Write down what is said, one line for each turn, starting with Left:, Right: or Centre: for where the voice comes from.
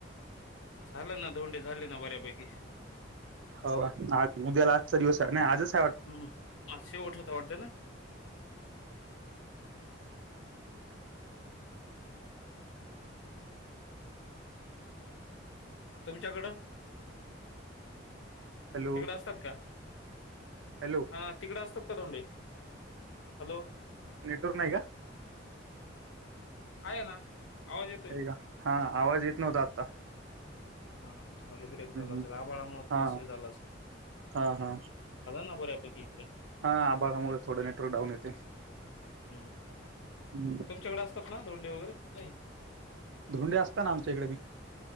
Left: झालं ना धोंडे झाले ना बऱ्यापैकी
Right: हो आज उद्या लास्चा दिवस आहे नाही आजच आहेय वाटत
Left: हम्म हा शेव उठवता वाटते ना तुमच्याकडं
Right: हॅलो
Left: तिकड असतात का
Right: हॅलो
Left: हा तिकडे असतात का दोंडे हॅलो
Right: नेटवर्क नाही का
Left: आहे ना आवाज येतोय
Right: का हा आवाज येत नव्हता आत्ता
Left: हा हा मध्ये ब्रेक झाला असेल
Right: हम्म.
Left: आभळामुळे थोडस
Right: हा
Left: झालं असेल
Right: हा हा
Left: ना बऱ्या पैकी इथले
Right: हा आभाळामुळे थोडं नेटवर्कडऊनेते
Left: हम्म
Right: हमम
Left: त्यांमच्याकडे असतात ना दोंडे वगरे नाही
Right: धोंडे असतात ना आमच्या इकडे ब